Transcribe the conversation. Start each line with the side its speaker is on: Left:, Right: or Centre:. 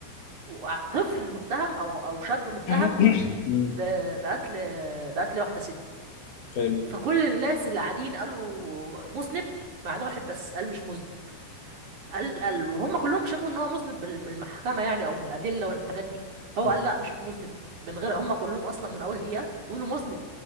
Right: وع- طفل متهم او او شاب متهم
Left: <clears throat> مم.
Right: ب- بقتل بقتل واحدة ست
Left: حلو
Right: فكل الناس اللي قاعدين قالوا مذنب ما عدا واحد بس قال مش مذنب قال قال وهم كلهم شافوا ان هو مذنب بال- من المحكمة يعني او من الأدلة والحاجات دي هو
Left: مم.
Right: قال لا مش مذنب من غير هم كلهم اصلا من اول دقيقة بيقولوا مذنب